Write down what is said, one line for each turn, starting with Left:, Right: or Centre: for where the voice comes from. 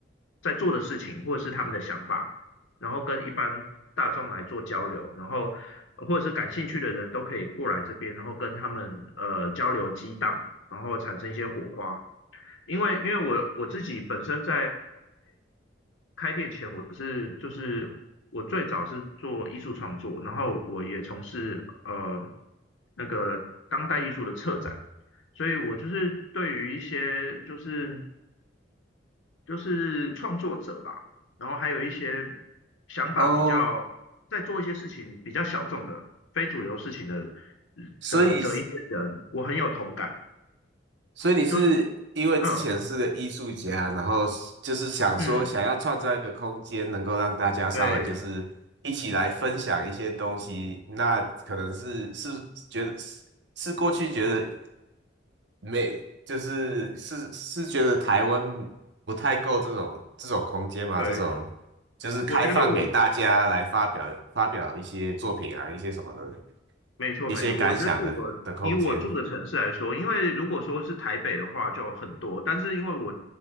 Left: 在做的事情，或者是他们的想法。然后跟一般大众来做交流，然后或者是感兴趣的人都可以过来这边，然后跟他们呃交流激荡，然后产生一些火花。因为因为我我自己本身在开店前，我是就是我最早是做艺术创作，然后我也从事呃那个当代艺术的策展，所以我就是对于一些就是就是创作者吧，然后还有一些想法比较在做一些事情比较小众的、
Right: 哦，
Left: 非主流事情的
Right: 所以
Left: 的的一些人，我很有同感。
Right: 所以你是因为之前是个艺术家，
Left: 就是嗯
Right: 然后就是想说想要创造一个空间，
Left: 嗯，
Right: 能够让大家稍微就是一起来分享一些东西，
Left: 对
Right: 那可能是是觉得是是过去觉得没，就是是是觉得台湾不太够这种这种空间嘛，
Left: 对，
Right: 这种就是开放给大家来发表发表一些作品啊，
Left: 我觉得我
Right: 一些什么的，
Left: 没错，
Right: 一些感想的的空间
Left: 没错。我觉得我以我住的城市来说，因为如果说是台北的话就很多，但是因为我